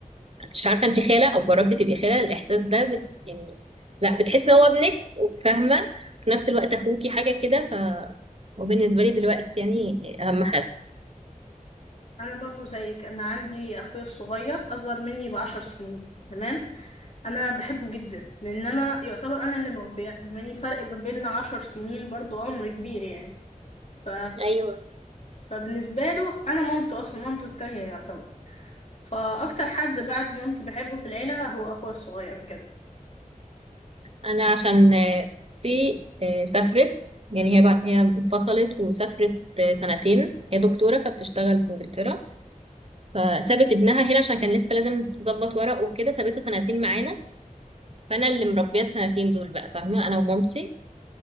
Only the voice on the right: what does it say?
مش عارفه انت خاله او جربتي تبقي خاله الاحساس ده بت يعني لا بتحسي ان هو ابنك وفاهمه وفي نفس الوقت اخوكي حاجه كده فهو بالنسبه لي دلوقتي يعني اهم حد
ايوه
انا عشان آه، اختي آه، سافرت يعني هي بع- هي انفصلت وسافرت آه، سنتين هي دكتوره فبتشتغل في انجلترا فسابت ابنها هنا عشان كان لسه لازم تظبط ورق وكده سابته سنتين معانا فانا اللي مربيه السنتين دول بقى فاهمه انا ومامتي